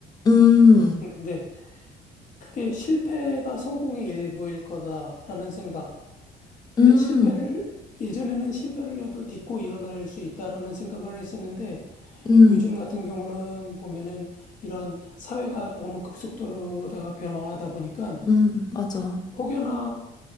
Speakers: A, on the left (about 25°); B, on the left (about 50°).
A: 음,
B: 음, 근데 그게 실패가 성공의 일부일 거다라는 생각. 근데
A: 음,
B: 실패를 예전에는 실패를 해도 딛고 일어날 수 있다라는 생각을 했었는데
A: 음,
B: 요즘 같은 경우는 보면은 이런 사회가 너무 급속도로다가 변화하다 보니까
A: 음, 맞아.
B: 혹여나